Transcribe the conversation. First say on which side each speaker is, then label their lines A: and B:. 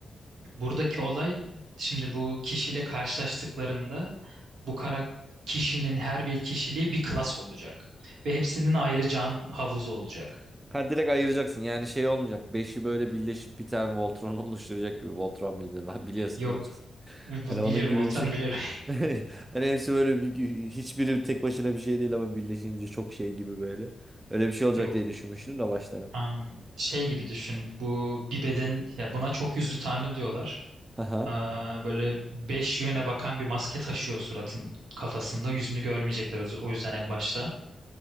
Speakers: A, on the right; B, on the right.
A: buradaki olay şimdi bu kişiyle karşılaştıklarında bu kara kişinin her bir kişiliği bir klas olacak. Ve hepsinin ayrı can havuzu olacak.
B: Ha direkt ayıracaksın. Yani şey olmayacak. Beşi böyle birleşip bir tane Voltron <laughs> oluşturacak gibi. Voltron mıydı? Ben biliyorsun
A: Yok.
B: değil mi hocam? <laughs>
A: B-
B: Hani onun
A: Biliyorum
B: gibi
A: Voltran'ı
B: bir şey.
A: biliyorum.
B: <laughs> Hani hepsi böyle bir, hiçbiri tek başına bir şey değil ama birleşince çok şey gibi böyle. Öyle bir şey olacak
A: <laughs>
B: diye düşünmüştüm de başta ben.
A: Am, şey gibi düşün. Bu bir beden ya buna çok yüzlü tanrı diyorlar.
B: Aha.
A: Aa, böyle beş yöne bakan bir maske taşıyor suratın kafasında. Yüzünü görmeyecekler o yüzden en başta.